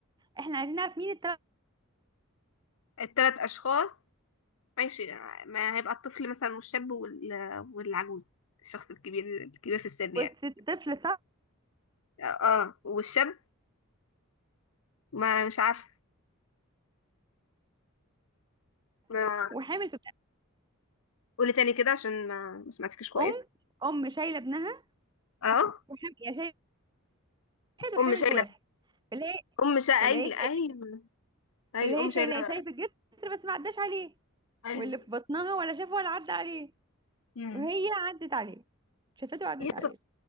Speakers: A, on the right (about 20°); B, on the left (about 65°).
A: احنا عايزين نعرف مين التلات
B: التلات أشخاص ماشي ما هيبقى الطفل مثلا والشاب وال- والعجوز الشخص الكبير الكبير في السن يعني
A: بس الطفل صح
B: اه والشاب ما مش عارفه ما
A: وحامل
B: قولي تاني كده عشان ما ما سمعتكش كويس
A: ام ام شايله ابنها
B: اه
A: وحام... يا شايل واحد وحامل
B: ام شايله
A: في واحد فاللي هي
B: ام شا اي
A: فاللي هي شايله
B: ايوه ايوه
A: فاللي هي
B: ام شايله
A: شايله شايف الجسر بس ما عداش عليه
B: ايوه
A: واللي في بطنها ولا شافه ولا عدى عليه
B: امم
A: وهي عدت عليه شافته وعدت
B: يا
A: عليه
B: سب...